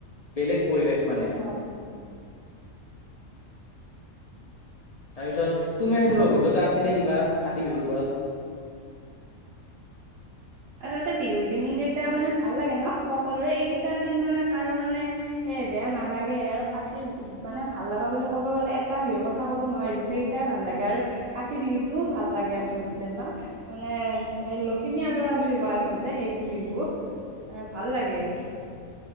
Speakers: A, on the left (about 60°); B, on the right (about 70°).
A: -বেলেগ পৰিৱেশ মানে।
B: অ'।
A: তাৰপিছত তুমাৰ সেইবোৰ অভিজ্ঞতা আছে নে কিবা কাতি বিহুৰ ওপৰত?
B: আচলতে বিহুৰ দিন কেইটা মানে ভাল লাগে ন সকলোৰে এইকেইটা দিন মানে কাৰো মানে সে বেয়া নালাগে আৰু কাটি উম, মানে ভাল লগা বুলি ক'ব গ'লে এটা বিহুৰ কথা ক'ব নোৱাৰি গোটেইকেইটা টাই ভাল লাগে আৰু কাতি বিহুতটোও ভাল লাগে আচলতে ন। মানে এ লখিমী আদৰা বুলি কয় আচলতে সেইটো বিহু আৰু ভাল লাগে।
A: হয় হয়